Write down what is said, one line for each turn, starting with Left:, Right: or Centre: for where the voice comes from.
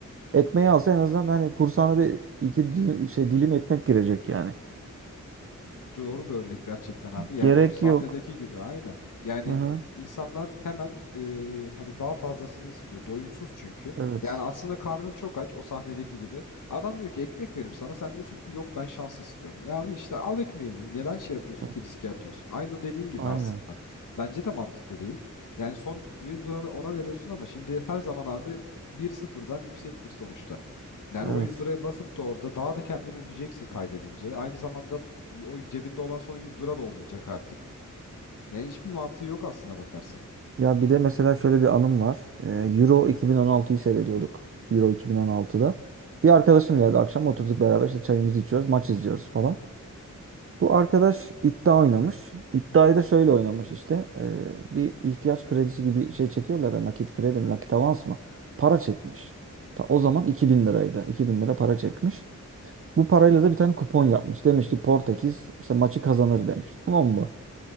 Right: Ekmeği alsa en azından hani kursağına bir iki dilim, şey, dilim ekmek girecek yani.
Left: doğru bir örnek gerçekten abi. Yani
Right: Gerek
Left: o sahnedeki
Right: yok.
Left: gibi aynen. Yani
Right: Hı hı.
Left: insanlar hemen e, hani daha fazlasını istiyor. Doyumsuz çünkü.
Right: Evet.
Left: Yani aslında karnın çok aç o sahnedeki gibi. Adam diyor ki ekmek verim sana. Sen diyorsun ki yok ben şans istiyorum. Ya abi işte al ekmeğini. Neden şey yapıyorsun
Right: Evet.
Left: ki riske atıyorsun? Aynı o dediğin gibi
Right: Aynen.
Left: aslında. Bence de mantıklı değil. Yani son 100 liranı ona veriyorsun ama şimdi her zaman abi bir sıfırdan yüksektir sonuçta. Yani
Right: Evet.
Left: o 100 liraya basıp da orada daha da kendini üzeceksin kaybedince. Aynı zamanda o cebinde olan son 100 lira da olmayacak artık. Yani hiçbir mantığı yok aslına bakarsan.
Right: Ya bir de mesela şöyle bir anım var. Ee, Euro 2016'yı seyrediyorduk. Euro 2016'da. Bir arkadaşım geldi akşam oturduk beraber işte çayımızı içiyoruz, maç izliyoruz falan. Bu arkadaş iddia oynamış. İddiayı da şöyle oynamış işte. Ee, bir ihtiyaç kredisi gibi şey çekiyorlar ya, nakit kredi mi, nakit avans mı? Para çekmiş. Ta o zaman 2000 liraydı. 2000 lira para çekmiş. Bu parayla da bir tane kupon yapmış. Demiş ki Portekiz işte maçı kazanır demiş. Tamam mı?